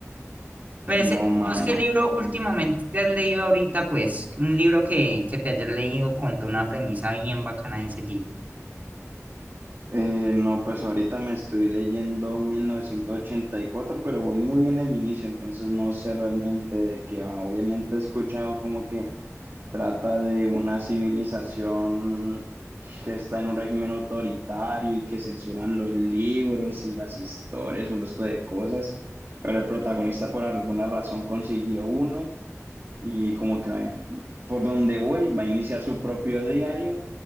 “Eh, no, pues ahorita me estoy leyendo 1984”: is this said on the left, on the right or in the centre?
Right